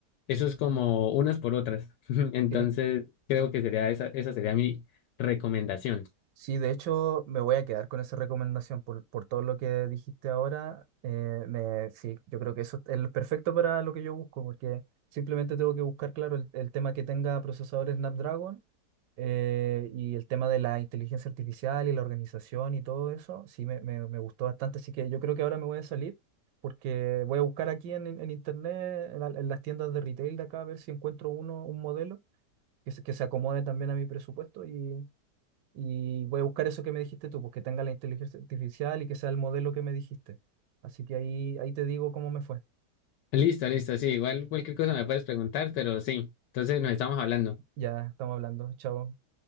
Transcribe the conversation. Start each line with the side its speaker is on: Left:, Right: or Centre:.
Left: eso es como unas por otras. <laughs> Entonces,
Right: Sí,
Left: creo que sería esa esa sería mi recomendación.
Right: sí, de hecho me voy a quedar con esa recomendación por, por todo lo que dijiste ahora. eh, me, sí, yo creo que eso es lo perfecto para lo que yo busco, porque simplemente tengo que buscar, claro, el, el tema que tenga procesadores Snapdragon eh, y el tema de la inteligencia artificial y la organización y todo eso. Sí, me, me, me gustó bastante, así que yo creo que ahora me voy a salir porque voy a buscar aquí en, en internet, en, la- en las tiendas de retail de acá, a ver si encuentro uno, un modelo que se, que se acomode también a mi presupuesto y, y voy a buscar eso que me dijiste tú, pues que tenga la inteligencia artificial y que sea el modelo que me dijiste. Así que ahí, ahí te digo cómo me fue.
Left: Listo, listo, sí, igual cualquier cosa me puedes preguntar, pero sí. Entonces nos estamos hablando.
Right: Ya estamos hablando. Chao.